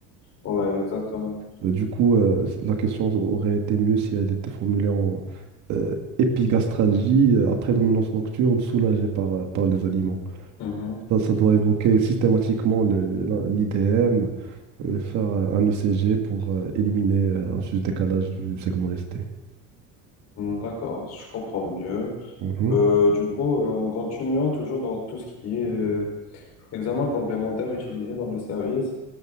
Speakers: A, on the left; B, on the right.
A: Ouais, exactement.
B: Bah, du coup, euh, la question aurait été mieux si elle était formulée en euh, épigastralgie, euh, à prédominance nocturne, soulagée par, euh, par les aliments.
A: Mhm.
B: Ça, ça doit évoquer systématiquement le- la- l'IDM, euh, faire euh, un ECG pour euh, éliminer euh, un juste décalage du segment ST.
A: Mm, D'accord, je comprends mieux.
B: Mhm.
A: Euh, du coup, euh, en continuant toujours dans tout ce qui est euh, examen complémentaire utilisé dans nos services,